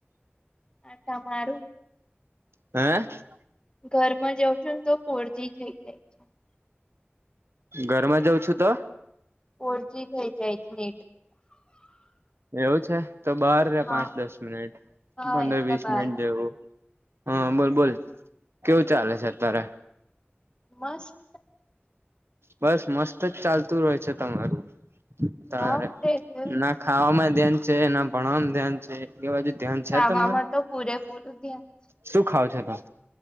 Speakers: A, on the left; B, on the right.
A: આ તમાા.
B: હ.
A: ઘરમાં જઉં છું ને તો ફોરજી થઈ જાય. છે
B: ઘરમાં જઉં છું તો.
A: ફોરજી થઇ જાય છે નેટ.
B: એવું છે તો બાર રે
A: હા
B: પાંચ દસ મિનિટ
A: હા
B: પંદર
A: એટલે
B: વીસ
A: બાર
B: મિનિટ જેવું. હા બોલ બોલ કેવું ચાલે છે અતારે.
A: મસ્ત.
B: બસ મસ્તજ ચાલતું હોય છે. તમારું ત
A: હા તે તેવું
B: ના
A: જ નહી
B: ખાવામાં ધ્યાન છે ના ભણવા ધ્યાન છે. એ બાજુ ધ્યાન છે
A: ખાવામાં
B: તમારું
A: તો પૂરેપૂરું ધ્યાન
B: શું ખાવ છો ત.